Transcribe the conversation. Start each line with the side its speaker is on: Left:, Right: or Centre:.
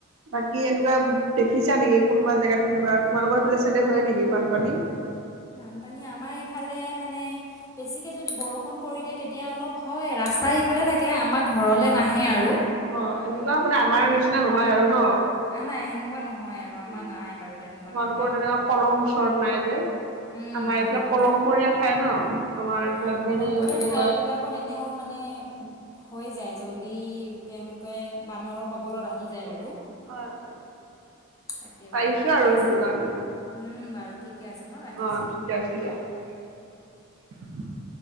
Right: বাকী একদম। দেখিছা নেকি কোনোবা জেগাত তেনেকুৱা তোমাল লগৰফালে চাইডে হয় নেকি বানপানী।
Left: বানপানী আমাৰ ইফালে মানে বেছিকে যদি বৰষুণ পৰি দিয়ে তেতিয়া অলপ হয়। ৰা- ৰাস্তা ইফালে থাকে আমাৰ ঘৰলৈ নাহে আৰু
Right: অ এনেকুৱা মানে আমাৰ নিচিনা নহয় আৰু ন।
Left: আ নাই সেনেকুৱা নহয় আৰু আমাৰ
Right: উম
Left: নাই বাৰু তেনেকুৱা
Right: তোমালোকৰ
Left: নহয়।
Right: তেনেকুৱা কলং ওচৰত নাই যে
Left: উম,
Right: আমাৰ এইবিলাক
Left: সেইটো
Right: কলংপৰীয়া ঠাই ন। আমাৰ এইফালে
Left: অ কলমপৰীয়া
Right: বিল এনেকুৱা
Left: ঠাই বিলাকত এনেও মানে হৈ যায়। জল্দি তেওঁলোকে বানৰ কবলত আহি যায় বাৰু।
Right: হয় হয়
Left: তাকে
Right: পাৰিছো
Left: বাৰু ঠিকে
Right: আৰু
Left: আছে
Right: সেইটো কাৰণে
Left: উম বাৰু ঠিকে আছে ন ৰাখিছো।
Right: অ ঠিকে আছে <inaudible>